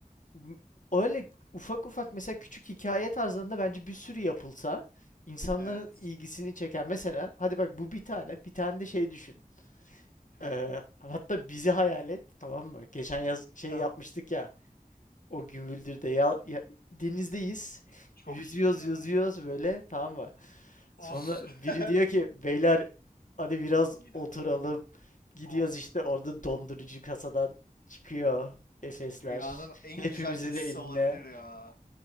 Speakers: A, on the left; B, on the left.
A: m- öyle ufak ufak mesela küçük hikaye tarzlarında bence bir sürü yapılsa insanların
B: Evet.
A: ilgisini çeker. Mesela hadi bak bu bir tane bir tane de şey düşün.
B: Ha,
A: Ee, hatta bizi hayal et tamam mı? Geçen yaz şey
B: tamam.
A: yapmıştık ya o Gümüldür'de ya, ya- denizdeyiz.
B: Çok
A: Yüzüyoruz
B: iyiydi ya.
A: yüzüyoruz böyle tamam mı? Sonra
B: Of.
A: biri
B: <laughs>
A: diyor ki beyler hadi biraz
B: Bira.
A: oturalım Gidiyoruz
B: Of.
A: işte orada dondurucu kasadan çıkıyor Efesler.
B: Dünyanın en
A: Hepimizin
B: güzel hissi
A: eline.
B: olabilir ya.